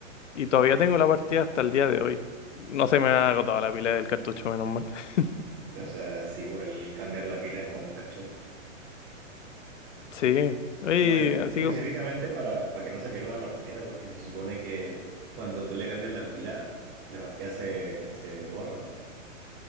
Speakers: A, on the left; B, on the right.
A: Y todavía tengo la partida hasta el día de hoy. No se me ha agotado la pila del cartucho, menos mal. <laughs>
B: o sea, sí, igual cambiar la pila es como un cacho.
A: Sí. Oye,
B: Como e-
A: así
B: Específicamente
A: como...
B: para, para que no se pierda la partida, porque se supone que cuando tú le cambias la pila, la partida se, se borra.